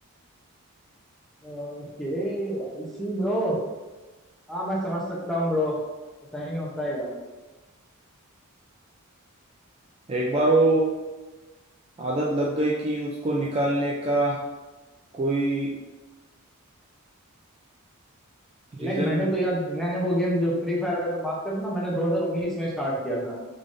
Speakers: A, in the centre; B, on the right.
A: Okay I see bro हाँ मैं समझ सकता हूँ ब्रो ऐसा ही होता है यार
B: एक बार वो आदत लग गई कि उसको निकालने का कोई रीजन
A: लाइक मैंने तो यार मैंने वो गेम जो फ्री फायर का तो बात करें ना मैंने 2019 में स्टार्ट किया था